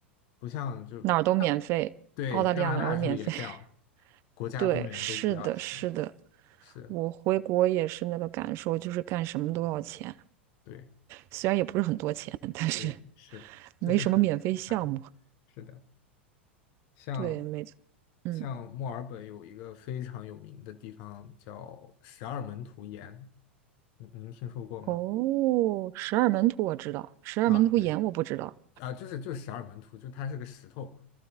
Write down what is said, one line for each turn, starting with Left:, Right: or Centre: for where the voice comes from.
Left: 不像就
Right: 哪儿都免费，
Left: 对加拿大是不是也这样？
Right: 澳大利亚哪儿都免费。<laughs>
Left: 国家公园都不要钱，
Right: 对，是的，是的，
Left: 是，
Right: 我回国也是那个感受，就是干什么都要钱，
Left: 对
Right: 虽然也不是很多钱，<laughs> 但是
Left: 对是，
Right: 没什么免费项目。
Left: 就是很很烦，是的。像
Right: 对，没错，嗯，
Left: 像墨尔本有一个非常有名的地方叫十二门徒岩，您您听说过吗？
Right: 哦，十二门徒我知道，十二门徒岩我不知道，
Left: 啊，对，啊，就是就是十二门徒，就它是个石头，